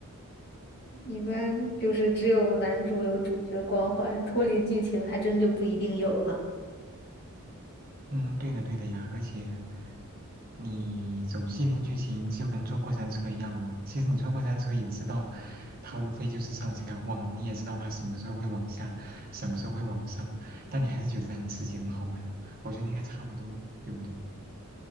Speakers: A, on the left; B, on the right.
A: 一般就是只有男主有主角光环，脱离剧情还真就不一定有了。
B: 嗯，对的，对的呀，而且你走既定剧情就跟坐过山车一样嘛。其实你坐过山车也知道，它无非就是上下晃，你也知道它什么时候会往下，什么时候会往上，但你还是觉得很刺激，很好玩。我觉得应该差不多，对不对？